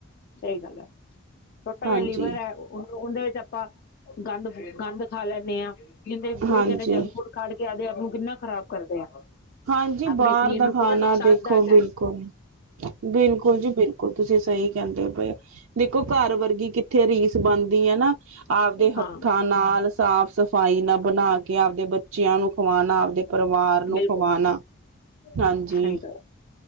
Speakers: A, on the left (about 45°); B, on the right (about 65°).
A: ਸਹੀ ਗੱਲ ਐ ਛੋਟਾ
B: ਹਾਂਜੀ
A: ਜੇਹਾ ਲੀਵਰ ਐ, ਓਨਦੇ ਵਿੱਚ ਆਪਾਂ ਗੰਦ ਗੰਦ ਖਾ ਲੈਂਨੇ ਆ। ਕਿਥੇ
B: ਹਾਂਜੀ
A: ਕੋਈ ਕੇਨਦਾ ਜੰਕ ਫੂਡ ਖਾ ਲੇ ਕਿ ਆਪਦੇ ਆਪ ਨੂੰ ਕਿੰਨਾ ਖਰਾਬ ਕਰਦੇ ਆ।
B: ਹਾਂਜੀ
A: ਆਪਣੇ
B: ਬਾਰ
A: ਸਰੀਰ
B: ਦਾ
A: ਨੂੰ
B: ਖਾਣਾ
A: ਪੂਰਾ ਨੁਕਸਾਨਦਾਇਕ
B: ਦੇਖੋ ਬਿਲਕੁਲ
A: ਹੈ
B: ਬਿਲਕੁਲ ਜੀ ਬਿਲਕੁਲ, ਤੁਸੀਂ ਸਹੀ ਕੇਨਦੇ ਪਏ ਓ। ਦੇਖੋ ਕਾਰ ਵਰਗੀ ਕਿੱਥੇ ਰੀਸ ਬਣਦੀ ਐ ਨਾ। ਆਪਦੇ
A: ਹਾਂ
B: ਹੱਥਾਂ ਨਾਲ ਸਾਫ਼ ਸਫ਼ਾਈ ਨਾ ਬਣਾ ਕੇ ਆਪਦੇ ਬੱਚਿਆਂ ਨੂੰ ਖਵਾਣਾ। ਦੇ ਪਰਿਵਾਰ ਨੂੰ
A: ਬਿਲਕੁਲ
B: ਖਵਾਣਾ
A: ਸਹੀ
B: ਹਾਂਜੀ
A: ਗੱਲ,